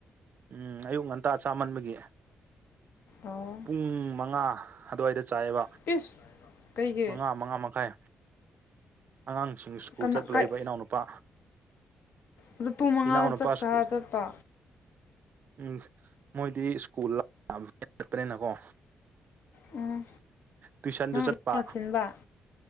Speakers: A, on the right; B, on the left.
A: ꯎꯝ ꯑꯌꯨꯛ ꯉꯟꯇꯥ ꯆꯥꯃꯟꯕꯒꯤ
B: ꯑꯣ
A: ꯄꯨꯡ ꯃꯉꯥ ꯑꯗꯨꯋꯥꯏꯗ ꯆꯥꯏꯌꯦꯕ
B: ꯏꯁ ꯀꯩꯒꯤ
A: ꯃꯉꯥ ꯃꯉꯥ ꯃꯈꯥꯏ ꯑꯉꯥꯡꯁꯤꯡ ꯁ꯭ꯀꯨꯜ
B: ꯀꯅꯥ
A: ꯆꯠꯄ
B: ꯀꯥꯏ
A: ꯂꯩꯕ ꯏꯅꯥꯎꯅꯨꯄꯥ
B: ꯑꯗꯣ ꯄꯨꯡ ꯃꯉꯥꯗ
A: ꯏꯅꯥꯎꯅꯨꯄꯥ
B: ꯆꯠ
A: ꯁ꯭ꯀꯨꯜ
B: ꯆꯔꯥ ꯆꯠꯄ
A: ꯎꯝ ꯃꯣꯏꯗꯤ ꯁ꯭ꯀꯨꯜ <unintelligible> ꯆꯠꯄꯅꯤꯅꯀꯣ
B: ꯎꯝ
A: ꯇꯨꯏꯁꯟꯗꯨ
B: ꯅꯪ
A: ꯆꯠꯄ
B: ꯅꯪꯅ ꯊꯤꯟꯕ